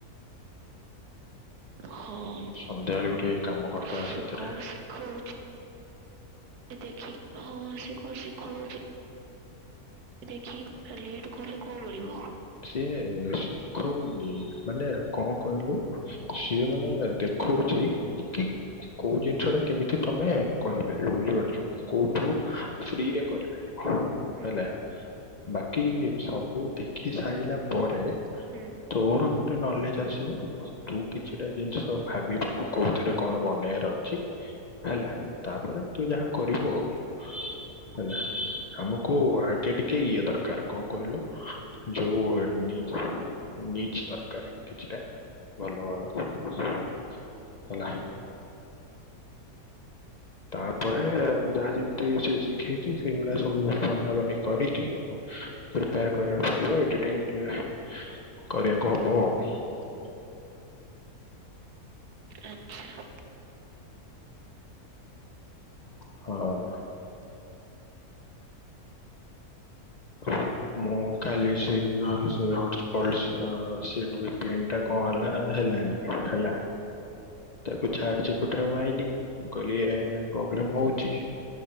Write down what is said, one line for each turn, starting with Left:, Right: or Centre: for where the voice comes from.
Right: ହଁ
Left: ସନ୍ଧ୍ୟାବେଳେ ଗୋଟେ କାମ କରିଦବା
Right: ସେ
Left: ସେଥିରେ
Right: କଣ ଶିଖଉଚି? ଦେଖି ହଁ ଶିଖୁ ଶିଖଉଁଛି ଆ ଦେଖି ଆ ଲେଟ୍ କଲେ କଣ ରହିବ?
Left: ସିଏ ଶିଖଉନି ମାନେ କଣ କହିଲୁ ସିଏ ମାନେ ଦେଖୁ କହୁଛି କି କୋଉ ଜିନିଷ ଟା କେମିତି ତମେ କରିପାରିବ ବୁଝିପାରୁଛ କୋଉଠୁ ଫ୍ରିରେ କରିପାରିବ ହେଲା
Right: ହୁଁ
Left: ବାକି ସବୁ ଦେଖି ସାରିଲା ପରେ
Right: ହୁଁ
Left: ତୋର ଗୋଟେ ନଲେଜ ଆସିବ ତୁ କିଛିଟା ଜିନିଷ ଭାବିବୁ କୋଉ ଥିରେ କଣ ବନେଇବାର ଅଛି। ହେଲା ତାପରେ ତୁ ଯାହା କରିବୁ ଆଉ। ହେଲା ଆମକୁ ଆଗେ ଟିକେ ଇଏ ଦରକାର କଣ କହିଲ ଯୋଉ ନି-ନିଜ୍‌ ଦରକାର କିଛିଟା ଭଲ ଭଲ ହେଲା। ତାପରେ ଯାହା ଯେମିତି ସେ ଶିଖେଇଛି ସେଇଭଳିଆ ସବୁ ବନାବନି କରିକି ପିପେଏୟାର କରିବାକୁ ପ ଏ ଏଡି ଟାଇମ୍ ଟିକେ କରିବାକୁ ହବ ଆଉ।
Right: ଆଚ୍ଛା।
Left: ହଁ। ହଁ। ମୁଁ କାଲି ସେଇ <unintelligible> ଭିପିଏନ୍‌ ଟା କଣ ହେଲା ହେଲାନି ହେଲା ତାକୁ ଛାଟଝିପିଟି ରେ ମାଇଲି ମୁଁ କହିଲି ଇଏ ପ୍ରୋବ୍ଲେମ୍
Right: ହୁଁ
Left: ହୋଉଛି